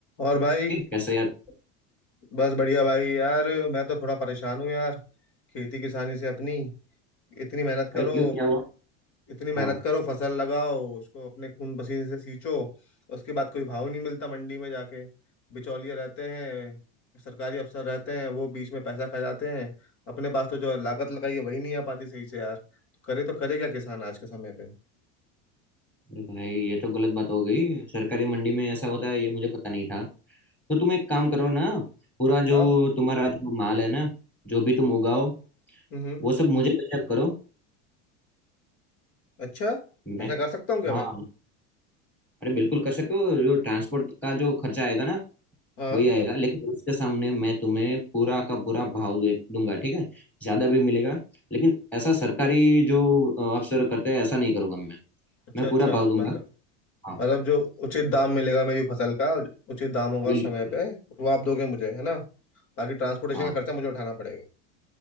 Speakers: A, on the left (about 55°); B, in the centre.
A: और भाई
B: ये कैसे याद
A: बस बढ़िया भाई यार मैं तो थोड़ा परेशान हूँ यार खेती किसानी से अपनी इतनी मेहनत करो
B: अरे क्यों क्या हुआ
A: इतनी मेहनत
B: हाँ
A: करो फसल लगाओ उसको अपने खून पसीने से सींचो उसके बाद कोई भाव नहीं मिलता मंडी में जाके बिचौलिए रहते हैं सरकारी अफसर रहते हैं वो बीच में पैसा खा जाते हैं अपने पास तो जो लागत लगाई है वही नहीं आ पाती सही से यार करे तो करे क्या किसान आज के समय पे
B: अरे भाई ये तो गलत बात हो गई सरकारी मंडी में ऐसा होता है ये मुझे पता नहीं था तो तुम एक काम करो ना पूरा
A: बताओ
B: जो तुम्हारा जो माल है ना जो भी तुम उगाओ
A: हम्म हम्म।
B: वो सब मुझे भेजा करो
A: अच्छा
B: मैं
A: ऐसा कर सकता हूँ क्या
B: हाँ
A: मैं
B: अरे बिल्कुल कर सकते हो जो ट्रांसपोर्ट का जो खर्चा आएगा ना
A: हाँ
B: वही आएगा लेकिन उसके सामने मैं तुम्हें पूरा का पूरा भाव दे दूंगा ठीक है ज्यादा भी मिलेगा लेकिन ऐसा सरकारी जो अ, अफसर करते हैं ऐसा नहीं करूंगा मैं
A: अच्छा
B: मैं पूरा
A: अच्छा
B: भाव दूंगा
A: मतलब
B: हाँ
A: मतलब जो उचित दाम मिलेगा मेरी फसल का उचित दाम होगा
B: बिल्कुल
A: समय पे वो आप दोगे मुझे है ना बाकी ट्रांसपोर्टेशन
B: हाँ
A: का खर्चा मुझे उठाना पड़ेगा